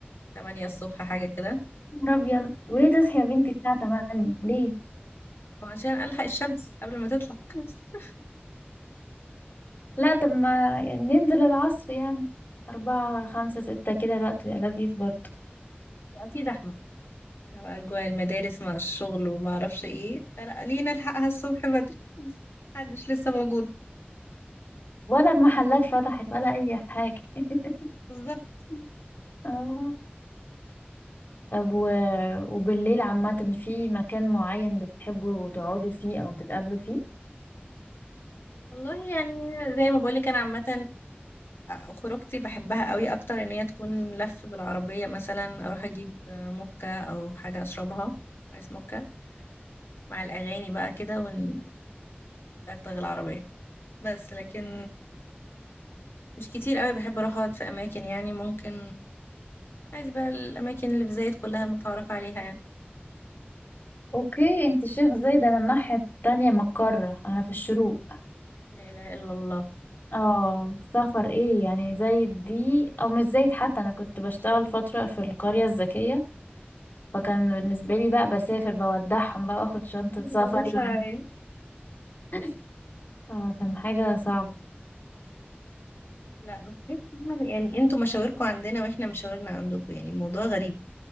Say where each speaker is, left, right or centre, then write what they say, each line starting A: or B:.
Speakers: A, on the left; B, on the left.
A: 8 الصبح حاجه كده
B: يا نهار ابيض وليه تصحي يا بنتي الساعة 8 ليه
A: وعشان ألحق الشمس قبل ما تطلع <laughs>
B: لا طب ما يعني ننزل العصر يعني أربعة خمسة ستة كده الوقت بيبقى لذيذ برضه
A: بقى في زحمة بقى جوا المدارس مع الشغل وما أعرفش ايه فلا لينا نلحقها الصبح بدري محدش لسه موجود
B: ولا المحلات فتحت ولا أي حاجة <laughs>
A: بالظبط
B: آه. طب و... وبالليل عامة في مكان معين بتحبوا تقعدوا فيه أو تتقابلوا فيه؟
A: والله يعني زي ما بقولك أنا عامة خروجتي بحبها قوي أكتر إن هي تكون لف بالعربية مثلا أروح أجيب مكة أو حاجة أشربها آيس مكة مع الأغاني بقى كده وندغدغ العربية بس لكن مش كتير قوي بحب أروح أقعد في أماكن يعني ممكن عايز بقى الأماكن اللي في زايد كلها المتعارف عليها يعني
B: اوكي انت شيخ زايد انا الناحية التانية من القارة انا في الشروق
A: لا إله إلا الله
B: اه سفر ايه يعني زايد دي او مش زايد حتى انا كنت بشتغل فترة في القرية الذكية فكان بالنسبة لي بقى بسافر بودعهم بقى واخد شنطة
A: العزوم
B: سفري
A: شرعية
B: وأنا- <laughs> اه كان حاجة صعبة
A: لا بس كيف من- يعني انتوا مشاوركم عندنا واحنا مشاورنا عندكم يعني الموضوع غريب